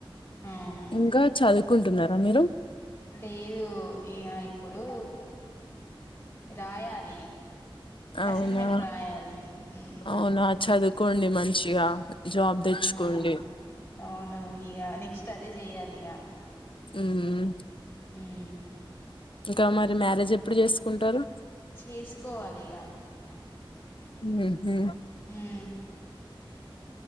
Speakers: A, on the left (about 25°); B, on the left (about 65°).
A: అవును
B: ఇంకా చదువుకుంటున్నారా మీరు
A: లేదు ఇగ ఇప్పుడు రాయాలి
B: అవునా
A: అసైన్మెంట్ రాయాలి మ్
B: అవునా చదువుకోండి మంచిగా జాబ్
A: ఆవునా
B: తెచ్చుకోండి
A: అవును ఇగ నెక్స్ట్ అదే చెయాలి ఇగ
B: మ్మ్
A: మ్మ్
B: ఇంకా మరి మ్యారేజ్ ఎప్పుడు జేసుకుంటరు
A: చేసుకోవాలిగా
B: మ్మ్హ్
A: మ్మ్